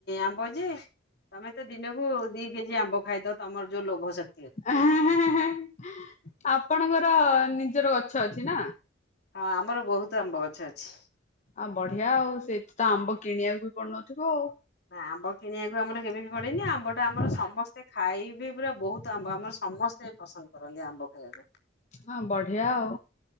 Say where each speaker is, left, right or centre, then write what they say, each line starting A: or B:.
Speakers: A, on the left; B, on the left.
A: ଆମ୍ବ ଯେ ତମେ ତ ଦିନକୁ ଦି କେଜି ଆମ୍ବ ଖାଇଦ ତମର ଯୋଉ ଲୋଭ ଶ
B: ଆ ହାଁ ହାଁ ହାଁ, ଆପଣଙ୍କର ନିଜର ଗଛ ଅଛି ନା?
A: ହଁ ଆମର ବହୁତୁ ଆମ୍ବଗଛ ଅଛି।
B: ଆ ବଢିଆ ଆଉ ସେଠି ତ ଆମ୍ବ କିଣିବାକୁ ବି ପଡୁନଥିବ ଆଉ।
A: ନା ଆମ୍ବ କିଣିଆକୁ ଆମର କେବେ ବି ପଡେନି ଆମ୍ବ ଟା ଆମର ସମସ୍ତେ ଖାଇବେ ପୁରା ବହୁତ ଆମ୍ବ ଆମର ସମସ୍ତ୍ ତେ ପସନ୍ଦ କରନ୍ତି ଆମ୍ବ ଖାଇବାକୁ।
B: ହଁ ବଢିଆ ଆଉ।